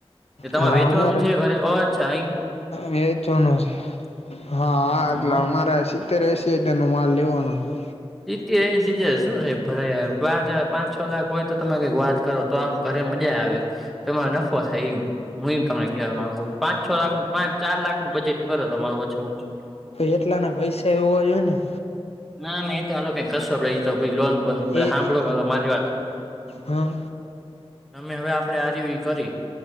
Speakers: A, in the centre; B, on the left.
A: એ તમા
B: હા
A: વેચવાનું
B: અમારે
A: છે ઘરે ઓ અચ્છા
B: વેચવાનો છે
A: <unintelligible>
B: હા
A: હ
B: એટલે અમારે સિત્તેર એસી હજાર નો માલ લેવાનો છે.
A: સીતેર એંસી હજાર શું સાહેબ <unintelligible> પાંચ પાંચ છ લાખ હોય તો તમે કઈક વાત કરો તો આમ ઘરે મજા આવે તમારો નફો થાય એમ હું એમ તમને કવા માંગુ પાંચ છ લાખનું પાંચ ચાર લાખ નું બજેટ કરો તમારું ઓછા માં ઓછું
B: એટલાના પૈસા એ હોવા જોઈ ને
A: ના એ તો હાલો કઈ કરશું આપડે ભાઈ લોન <unintelligible>
B: એ
A: હાંભળો પેલા મારી વાત
B: હા
A: અમે હવે આપડે આ રવી કરી